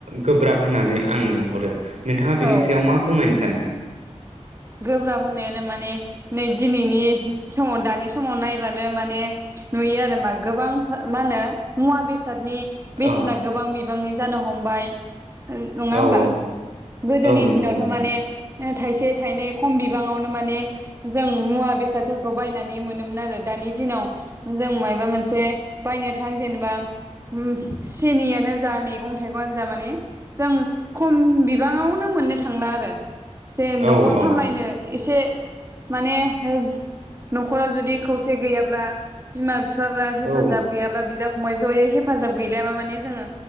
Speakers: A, on the right (about 80°); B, on the right (about 25°).
A: गोब्राब होननानै आं नुहुरो। नोंथाङा बिनि
B: औ
A: सायाव मा फोरमायनो सानो?
B: गोब्राब होननायानो माने नै दिनैनि समाव दानि समाव नायबानो माने नुयो आरो मा गोबां फा मा होनो मुवा बेसादनि बेसेना
A: औ
B: गोबां बि बांनि जानो हमबाय ओं नङा
A: औ
B: होमबा
A: औ
B: गोदोनि
A: औ नंगौ
B: दिनावथ'
A: नोंथां
B: माने थाइसे थाइनै खम बिबाङावनो माने जों मुवा बेसाद फोरखौ बायनानै मोनोमोन आरो दानि दिनाव जों मायबा मोनसे बायनो थां जेनबा उम सिनियानो जा मैगं थाइगंआनो जा माने जों खम बिबाङावनो मोननो थांला आरो। जेन न'खर
A: औ
B: सामलायनो
A: औ
B: एसे माने हो न'खरा जुदि खौसे गैयाब्ला बिमा फि फाफ्रा हेफाजाब
A: औ
B: गैयाब्ला बिदा फंबाय ज'यै हेफाजाब गैलायाबा माने जोङो